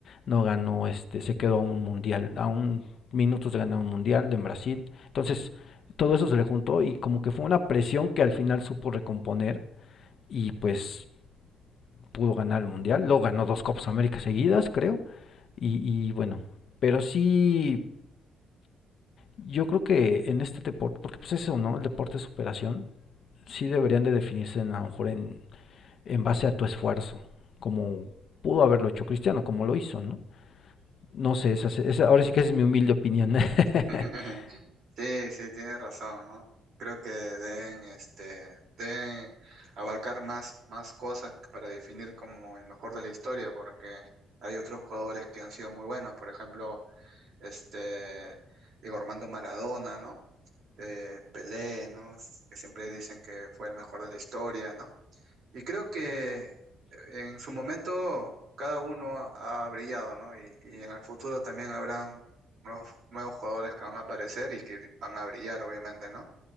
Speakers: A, on the left; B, on the right.
A: no ganó, este, se quedó a un Mundial, a un minutos de ganar un Mundial en Brasil. Entonces, todo eso se le juntó y como que fue una presión que al final supo recomponer y pues pudo ganar el Mundial. Lo ganó dos Copas Américas seguidas, creo. Y, y bueno, pero sí, yo creo que en este deporte, porque pues eso, ¿no? El deporte de superación, sí deberían de definirse en, a lo mejor en, en base a tu esfuerzo, como pudo haberlo hecho Cristiano, como lo hizo, ¿no? No sé, esa, esa- ahora sí que esa es mi humilde opinión.
B: <laughs>
A: <laughs>
B: Sí, sí, tienes razón, ¿no? Creo que deben, este, deben abarcar más, más cosas para definir como el mejor de la historia, porque hay otros jugadores que han sido muy buenos, por ejemplo, este, Diego Armando Maradona, ¿no? Eh, Pelé, ¿no? Que siempre dicen que fue el mejor de la historia, ¿no? Y creo que en su momento cada uno ha ha brillado, ¿no? Y, y en el futuro también habrán nuevos, nuevos jugadores que van a aparecer y que van a brillar, obviamente, ¿no?